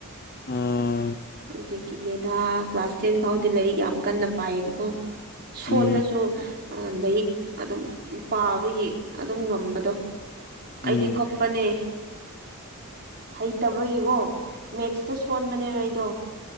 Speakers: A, on the left; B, on the right.
A: ꯑꯥ
B: ꯑꯗꯨ ꯒꯤꯅꯤꯗ ꯀ꯭ꯂꯥꯁ ꯇꯦꯟ ꯐꯥꯎꯗꯤ ꯂꯥꯏꯔꯤꯛ ꯌꯥꯝ ꯀꯟꯅ ꯄꯥꯏꯌꯦꯕꯀꯣ ꯁꯣꯜꯂꯁꯨ
A: ꯎꯝ
B: ꯂꯥꯏꯔꯤꯛ ꯑꯗꯨꯝ ꯄꯥꯕꯒꯤ ꯑꯗꯨꯝ ꯉꯝꯕꯗꯣ ꯑꯩꯗꯤ
A: ꯎꯝ
B: ꯀꯞ ꯄꯅꯦ ꯍꯩꯇꯕꯒꯤꯀꯣ ꯃꯦꯠꯁꯇ ꯁꯣꯟꯕꯅꯦꯕ ꯑꯩꯗꯣ